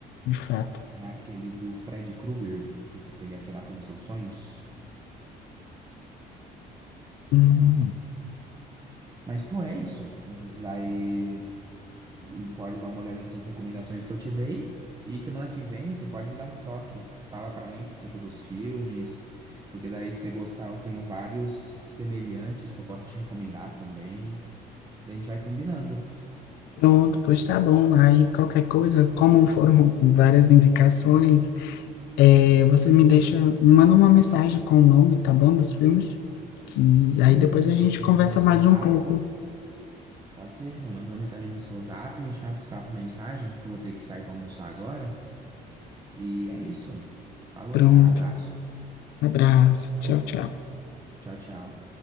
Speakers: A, on the left; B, on the right.
A: de fato.
B: É aquele do Fred Krueger, que, que ele ataca nos seus sonhos.
A: Hum,
B: Mas, pô, é isso. Vai. E pode dar uma olhada nessas recomendações que eu te dei. E semana que vem você pode me dar um toque. Fala pra mim o que que você achou dos filmes, porque daí se você gostar, eu tenho vários semelhantes que eu posso te recomendar também. Daí a gente vai combinando.
A: pronto, pois tá bom. Aí qualquer coisa, como foram várias indicações, É, você me deixa, me manda uma mensagem com o nome, tá bom, dos filmes, que aí
B: Beleza,
A: depois a
B: eu
A: gente
B: chego
A: conversa
B: aí no seu
A: mais
B: zap.
A: um pouco.
B: Pode ser? Eu mando uma mensagem no seu zap, a gente faz fala por mensagem, porque eu vou ter que sair pra almoçar agora. E é isso. Falou,
A: Pronto.
B: cara. Abraço.
A: Abraço. Tchau, tchau.
B: Tchau, tchau.